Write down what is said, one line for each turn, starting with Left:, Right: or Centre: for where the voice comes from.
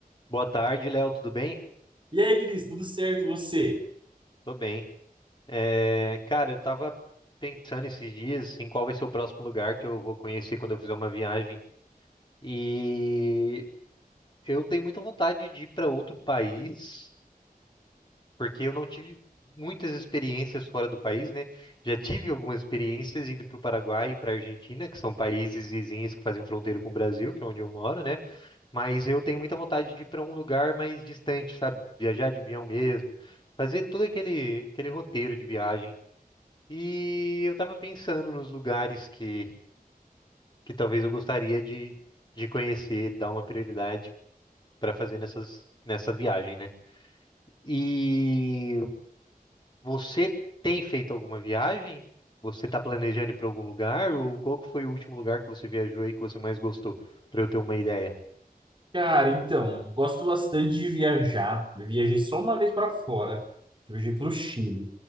Left: Boa tarde, Léo, tudo bem?
Right: E aí, Vinícius, tudo certo? E você?
Left: Tô bem. É, cara, eu tava pensando esses dias em qual vai ser o próximo lugar que eu vou conhecer quando eu fizer uma viagem. E eu tenho muita vontade de ir para outro país, porque eu não tive muitas experiências fora do país, né? Já tive algumas experiências indo para o Paraguai e para a Argentina, que são países vizinhos que fazem fronteira com o Brasil, que é onde eu moro, né? Mas eu tenho muita vontade de ir para um lugar mais distante, sabe? Viajar de avião mesmo, fazer todo aquele, aquele roteiro de viagem. E eu tava pensando nos lugares que, que talvez eu gostaria de, de conhecer, dar uma prioridade para fazer nessas, nessa viagem, né? E você tem feito alguma viagem? Você tá planejando ir para algum lugar? Ou qual que foi o último lugar que você viajou e que você mais gostou? Para eu ter uma ideia.
Right: Cara, então, gosto bastante de viajar. Eu viajei só uma vez para fora. Eu viajei para o Chile.